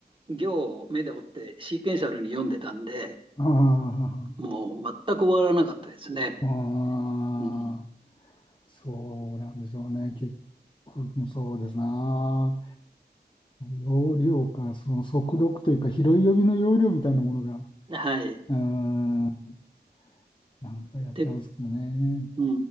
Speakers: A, on the right; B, on the left.
A: う、行を目で追ってシーケンシャルに読んでたんで、
B: ああ、
A: もう全く終わらなかったですね。
B: ああ、
A: うん、
B: そうなんでしょうね。結構、そうですな。容量か、その速読というか、拾い読みの容量みたいなものが、
A: はい。
B: うーん、なんかやってますけどね。
A: で、う